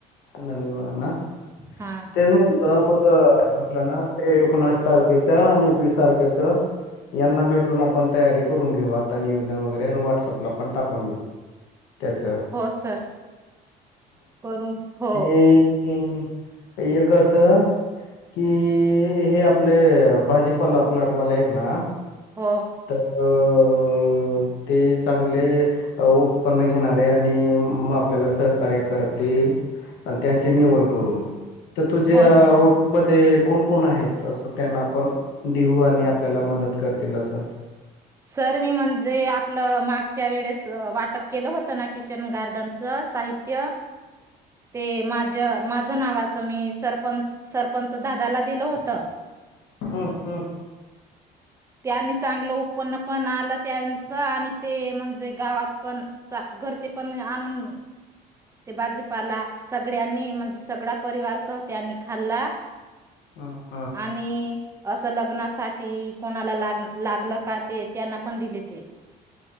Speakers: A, on the left; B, on the right.
A: नवीन मगना
B: हा
A: तेच म्हणत मग. ना ते एकोणस तारखेच्या आणि एकवीस तारखेच यांना भेटून आपण तयारी करून घेऊ आता नियोजन वगैरे आणि व्हॉट्सअपला पण टाकून देऊ. त्याचं.
B: हो सर करून हो.
A: य कस कि हे आपले भाजीपाला प्लटवाले आहेत ना
B: हो.
A: तर ते चांगले. अ उत्पन्न घेणारे आणि आपल्याला सहकार्य करतील त्यांची निवड करू तर तुझे
B: हो
A: मध्ये कोण कोण आहेत असं त्यांना आपण देऊ आणि आपल्याला मदत करतील असं.
B: सर मी म्हणजे आपलं मागच्या वेळेस वाटप केलं होतं ना किचन गार्डन? साहित्य.
A: ह
B: ते माझ माझ नावाचं मी सरपं सरपंच दादाला दिलं होतं.
A: हो हो.
B: त्यांनी चांगलं उत्पन्न पण आलं त्यांचं आणि ते म्हणजे गावात पण. सा घरचे पण आणून. ते बाजीपाला सगळ्यांनी म्हणजे सगळा परिवारसह त्यांनी खाल्ला.
A: हा.
B: आणि. असं लग्नासाठी कोणाला लाग लागलं का ते त्यांना पण दिले ते?